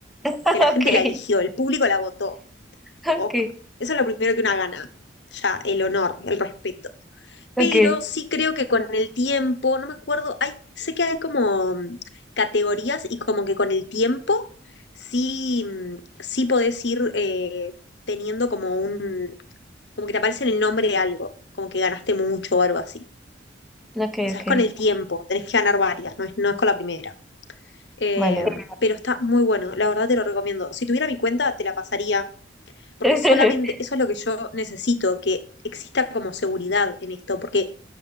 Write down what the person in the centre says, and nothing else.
<laughs>
okay,
okay,
okay,
okay,
okay,
vale, vale.
<laughs>